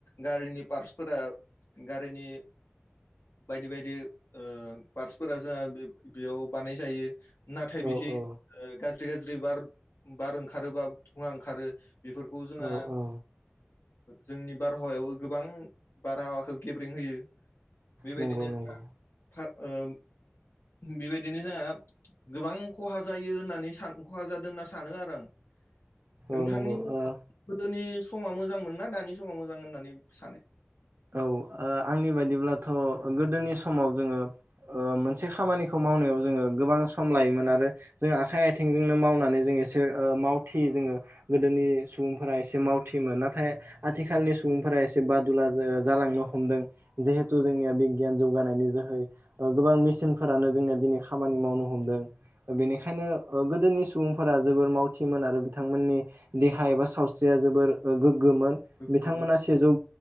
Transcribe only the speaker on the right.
औ
औ
औ औ
नंगौ नंगौ
औ नंगौ ओ
औ ओ आंनि बायदिब्लाथ' गोदोनि समाव जोङो मोनसे खामानिखौ मावनायाव जोङो गोबां सम लायोमोन आरो जोंहा आखाइ आथिंजोंनो मावनानै जों मेसो मावथि जोङो गोदोनि सुबुंफोरा एसे मावथिमोन नाथाय आथिखालनि सुबुं फोर एसे बादुला जालांनो हमदों जिहेथु
जोंनिया
बिगियान जौगानायनि जोहै गोबां मेसिनफोरानो जोंनिया दिनै खामानि मावनो हमदों बेनिखायनो
गोदोनि सु बुंफोरा जोबोर मावथिमोन आरो बिथांमोननि देहा एबा सावस्रिया जोबोर गोग्गोमोन
बिथांमोना सेजौ